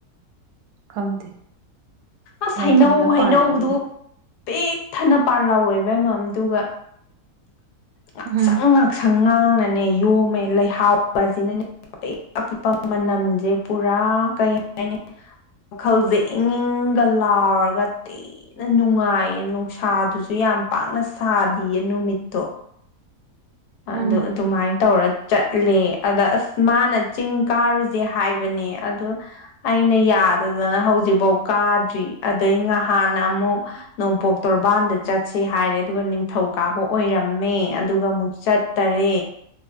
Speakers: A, on the right; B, on the left.
A: ꯈꯪꯗꯦ
B: ꯑꯁ
A: ꯂꯥꯏꯐꯝꯗ
B: ꯍꯩꯅꯧ ꯍꯩꯅꯧꯗꯨ
A: ꯄꯥꯟꯕꯅꯤꯅ
B: ꯄꯦꯛ ꯊꯅ ꯄꯥꯟ ꯂꯥꯎꯋꯦꯕ ꯃꯝꯗꯨꯒ ꯉꯥꯛꯁꯪ
A: ꯎꯝ
B: ꯉꯥꯛꯁꯪ ꯉꯥꯡ ꯈꯪꯅꯅꯦ ꯌꯣꯝꯃꯦ ꯂꯩꯍꯥꯎꯕꯁꯤꯅꯅꯦ ꯑꯄꯤꯛ ꯑꯄꯤꯛꯄ ꯃꯅꯝꯁꯦ ꯄꯨꯔꯥ ꯀꯩ ꯍꯥꯏꯅꯤ ꯋꯥꯈꯜꯁꯦ ꯏꯪ ꯏꯪꯒ ꯂꯥꯎꯔꯒ ꯊꯤꯅ ꯅꯨꯡꯉꯥꯏꯌꯦ ꯅꯨꯡꯁꯥꯗꯨꯁꯨ ꯁꯨ ꯌꯥꯝ ꯄꯥꯛꯅ ꯁꯥꯗꯤꯌꯦ ꯅꯨꯃꯤꯠꯇꯣ ꯑꯗꯨ
A: ꯎꯝ
B: ꯑꯗꯨꯃꯥꯏꯅ ꯇꯧꯔꯗꯤ ꯆꯠꯂꯦ ꯑꯗ ꯑꯁ ꯃꯥꯅ ꯆꯤꯡ ꯀꯥꯔꯨꯁꯦ ꯍꯥꯏꯕꯅꯦ ꯑꯗ ꯑꯩꯅ ꯀꯥꯗꯗꯅ ꯍꯧꯖꯤꯛ ꯐꯧ ꯀꯥꯗ꯭ꯔꯤ ꯑꯗꯩ ꯉꯍꯥꯟꯅ ꯑꯃꯨꯛ ꯅꯣꯡꯄꯣꯛ ꯇꯣꯔꯕꯥꯟꯗ ꯆꯠ ꯆꯠꯁꯦ ꯍꯥꯏꯔꯦ ꯑꯗꯨꯒ ꯅꯤꯡꯊꯧ ꯀꯥꯕ ꯑꯣꯏꯔꯝꯃꯦ ꯑꯗꯨꯒ ꯑꯃꯨꯛ ꯆꯠꯇꯔꯦ